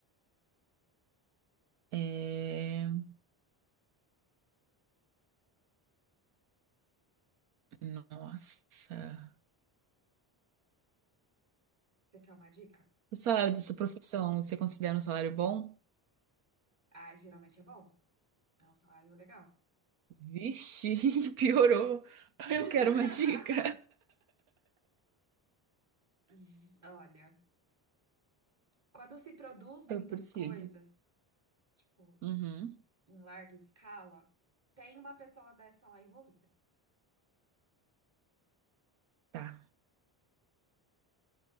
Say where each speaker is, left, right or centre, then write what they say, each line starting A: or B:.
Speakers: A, on the right (about 85°); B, on the right (about 35°).
A: É... Nossa.
B: Você quer uma dica?
A: O salário dessa profissão, você considera um salário bom?
B: Ah, geralmente é bom. É um salário legal.
A: Vixe, <laughs> piorou.
B: <laughs>
A: Eu quero uma dica.
B: J- Olha, quando se produz muitas
A: Eu preciso.
B: coisas, tipo,
A: Uhum.
B: em larga escala, tem uma pessoa dessa lá envolvida.
A: Tá.